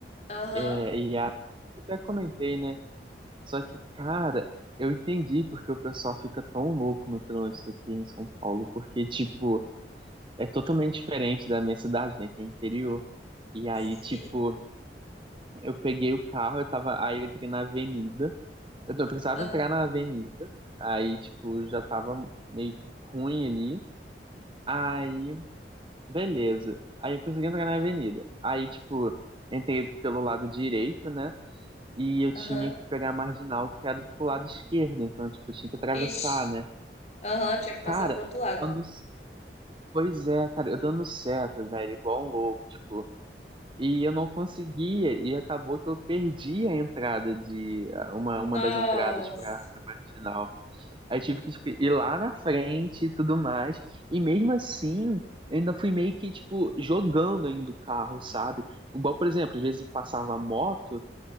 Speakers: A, on the left; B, on the right.
A: Aham,
B: É, e aí, eu até comentei, né? Só que, cara, eu entendi porque o pessoal fica tão louco no trânsito aqui em São Paulo, porque, tipo, é totalmente diferente da minha cidade, né? Que é interior. E aí,
A: sim.
B: tipo, eu peguei o carro, eu tava, aí eu entrei na avenida. Eu tô- eu precisava
A: Ah,
B: entrar na avenida, aí, tipo, já tava meio ruim ali. Aí, beleza. Aí eu consegui entrar na avenida. Aí, tipo, entrei pelo lado direito, né? E eu
A: Aham,
B: tinha que pegar a marginal que era pro lado esquerdo. Então, tipo, eu tinha que atravessar,
A: Ixi,
B: né?
A: aham, tinha que
B: Cara,
A: passar pro outro lado.
B: eu dando. Pois é, cara, eu dando seta, velho, igual um louco, tipo. E eu não conseguia, e acabou que eu perdi a entrada de. Uma,
A: Nossa,
B: uma das entradas pra, pra marginal. Aí tive que tipo, ir lá na frente e tudo mais. E mesmo assim, eu ainda fui meio que, tipo, jogando ainda o carro, sabe? Igual, por exemplo, às vezes passava moto,